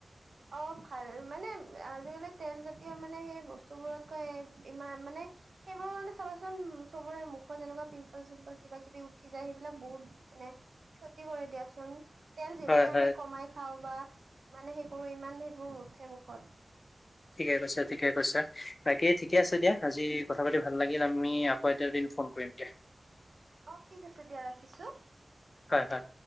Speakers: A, on the right (about 75°); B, on the left (about 55°).
A: অ' ভাল মানে আজিকালি তেল জাতীয় মানে সেই বস্তুবোৰতকৈ এ-ইমান মানে সেইবোৰ মানে চাবাচোন চবৰে মুখত এনেকুৱা পিম্পল চিম্পল কিবা কিবি উঠি যায় সেইবিলাক বহুত মানে ক্ষতি কৰে দিয়াচোন। তেল যিমানে
B: হয় হয়
A: আমি কমাই খাওঁ বা ইমানে সেই কৰোঁ ইমান সেইবোৰ নুঠে মুখত।
B: ঠিকে কৈছা, ঠিকে কৈছা। বাকী ঠিকে আছে দিয়া, আজি কথা পাতি ভাল লাগিল, আমি এটা দিন ফোন কৰিম দিয়া
A: অ' ঠিক আছে দিয়া, ৰাখিছোঁ।
B: হয় হয়।